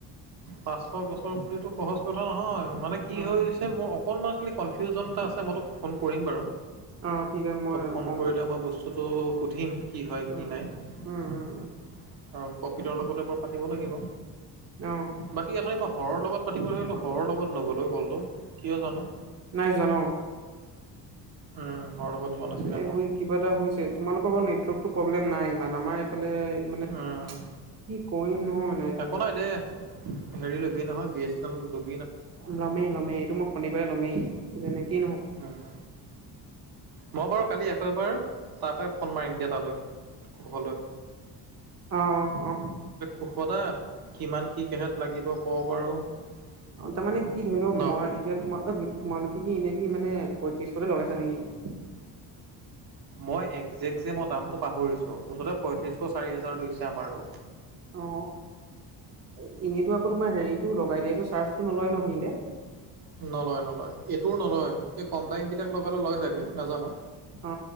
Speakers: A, on the right; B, on the right.
A: পাচশ গছৰ পুলিতো সহজ কথা নহয়। মানে কি
B: উম
A: হৈছে মোৰ অকনমান খালি কনফিউজন এটা আছে। মই তোক ফোন কৰিম বাৰু।
B: অ ঠিক আছে মই
A: তোক ফোন
B: কম
A: কৰিলে মই বস্তুটো সুধিম কি হয়
B: উম
A: কি নাই।
B: উম
A: আৰু
B: উম
A: কপিলৰ লগতে এবাৰ পাতিব লাগিব
B: অ
A: বাকী এঠাই মই ঘৰৰ লগ পাতিব ধৰিলোঁ, ঘৰৰ লগত নগ'লে কলটো কিয় জানো।
B: নাই যোৱা ন।
A: উম। ঘৰৰ লগত যোৱা নাছিলে
B: এ
A: মই।
B: কিবা এটা হৈছে, তোমালোকৰ বাৰু নেটৱৰ্কতো প্ৰব্লেম নাই ইমান। আমাৰ এইফালে মানে
A: উম
B: কি কৰিম নহয় মানে
A: একো নাই দেই হেৰি লবি নহয় বি এ এল ল
B: লমেই লমেই এইটো মই শনিবাৰে ল'মেই যেনেকেই নহওক।
A: উম, মই বাৰু কালি একৌ এবাৰ তাৰ পৰাই ফোন মাৰিম দিয়া তালৈ কুখললৈ।
B: অ অ অ
A: কুশদা কিমান কি কেহত লাগিব <inaudible>
B: আৰু তাৰমানানে কি ধৰি লও
A: ন
B: মই এতিয়া তোমাক তোমালোকে কি এনে কি মানে পয়ত্ৰিশতে লগাইছা নেকি?
A: মই একজেক্ট যে মই দামটো পাহৰিছো, মুঠতে পয়ত্ৰিশ চাৰি হাজাৰ ৰুইছে আমাৰটো।
B: অ এনেইতো আকৌ তোমাৰ হেৰিতটো লগাই দিয়েটো চাৰ্জটো নলয় ন। <inaudible>
A: নলয় নলয় এইটোও নলয় কম দামী এই বিলাক লগালে লগয় ছাগে নাজানো।
B: অ